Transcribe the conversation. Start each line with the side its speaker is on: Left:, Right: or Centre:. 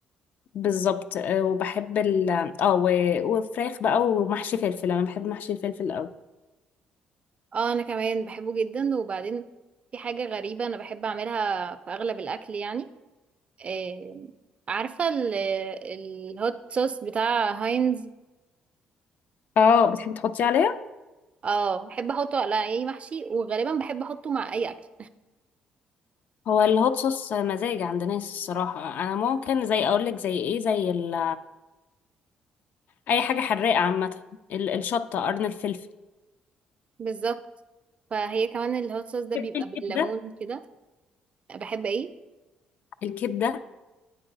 Left: بالظبط آه، وبحب ال اه و- وفراخ بقى ومحشي فلفل انا بحب محشي الفلفل قوي
Right: اه انا كمان بحبه جدا وبعدين في حاجة غريبة انا بحب اعملها في اغلب الاكل يعني آه، عارفة ال- الهوت صوص بتاع هاينز
Left: اه بتحبي تحطيه عليها
Right: اه بحب احطه على اي محشي وغالبا بحب احطه مع اي اكل
Left: هو الهوت صوص مزاج عند ناس الصراحة انا ممكن زي اقولك زي ايه زي ال اي حاجه حراقه عامه ال- الشطه قرن الفلفل
Right: <laughs> بالظبط فهي كمان الهوت صوص ده
Left: بحب
Right: بيبقى
Left: الكبده
Right: بالليمون كده بحب ايه
Left: الكبده